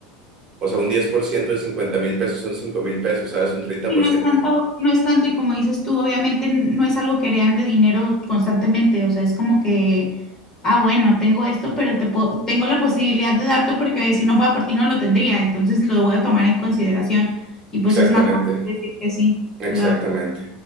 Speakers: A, on the right; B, on the left.
A: o sea, un 10% de cincuenta mil pesos son cinco mil pesos, ¿sabes? Un treinta
B: y
A: por
B: no
A: ciento
B: es tanto, no es tanto, y como dices tú, obviamente n- no es algo que heredan de dinero constantemente, o sea, es como que, ah, bueno, tengo esto, pero te po- tengo la posibilidad de darte porque si no fuera por ti no lo tendría, entonces lo voy a tomar en consideración. Y pues
A: Exactamente,
B: es más fácil decir que sí, claro.
A: exactamente.